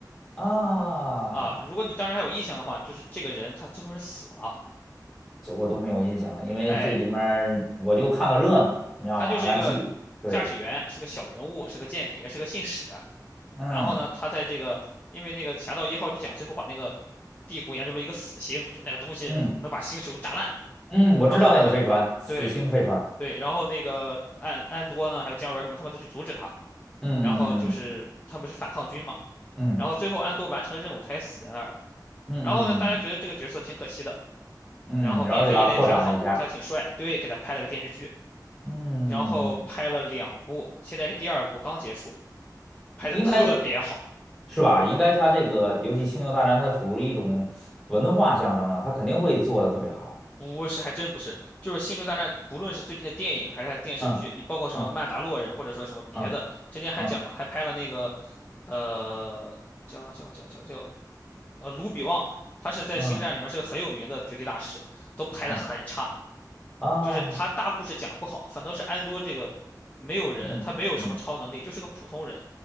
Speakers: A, in the centre; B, on the left.
A: 啊，
B: 啊，如果你当时还有印象的话，就是这个人他最后是死了，
A: 这我都没有印象了，因为这里面儿我就看个热闹，
B: 哎，
A: 你知道吗？
B: 他就是一个驾驶员，
A: 那记。对。
B: 是个小人物，是个间谍，是个信使。
A: 嗯
B: 然后呢，他在这个因为那个《侠盗一号》就讲最后把那个帝国研究了一个死星，就那个东西能把星球炸烂。
A: 嗯嗯，我知道那个飞船，
B: 然后呢，
A: 死星飞船。
B: 对对，然后那个安安多呢，还有姜文什么，他们都去阻止他。
A: 嗯嗯
B: 然后就是他们是反抗军嘛。
A: 嗯
B: 然后最后安多完成了任务，他也死在那儿了。
A: 嗯嗯嗯
B: 然后呢，大家觉得这个角色挺可惜的。
A: 嗯，
B: 然后并且他演的也挺好，
A: 嗯然后就把它扩展了一下。
B: 他挺帅，对，给他拍了个电视剧，
A: 嗯，
B: 然后拍了两部，现在是第二部刚结束，拍的特别好。
A: 应该是吧？应该它这个游戏《星球大战》，它属于一种文化象征了，它肯定会做的特别好。
B: 不是，还真不是。就是《星球大战》，不论是最近的电影还是它电视剧，
A: 嗯
B: 你包括什么《曼达洛人》或者说什么别的，
A: 嗯嗯
B: 之前还讲了，
A: 嗯
B: 还拍了那个，呃，叫叫叫叫叫，呃，卢比旺，他是在《星战》里面是个很有名的绝地大师，
A: 嗯嗯
B: 都拍的很差。
A: 嗯啊，
B: 就是他大故事讲不好，反倒是安多这个没有人，
A: 嗯嗯嗯
B: 他没有什么超能力，就是个普通人，